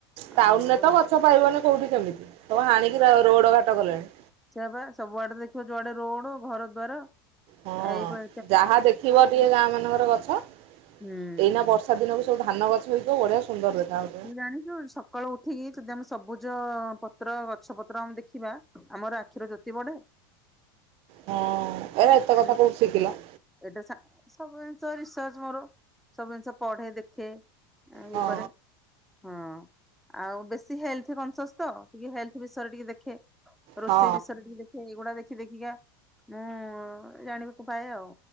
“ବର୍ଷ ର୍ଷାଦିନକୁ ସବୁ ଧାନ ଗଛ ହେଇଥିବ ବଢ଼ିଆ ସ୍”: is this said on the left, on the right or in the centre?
Right